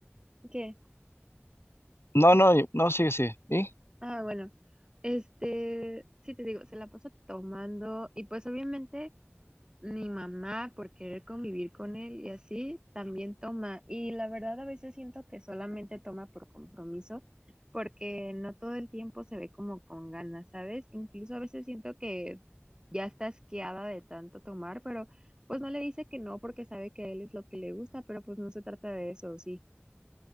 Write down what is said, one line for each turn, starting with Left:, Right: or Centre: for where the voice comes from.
Right: ¿qué?
Left: no, no, y- no, sigue, sí. ¿Y?
Right: Ah, bueno, este, sí te digo, se la pasa tomando y pues obviamente mi mamá por querer convivir con él y así también toma. Y la verdad a veces siento que solamente toma por compromiso porque no todo el tiempo se ve como con ganas, ¿sabes? Incluso a veces siento que ya está asqueada de tanto tomar, pero pues no le dice que no porque sabe que a él es lo que le gusta, pero pues no se trata de eso, sí.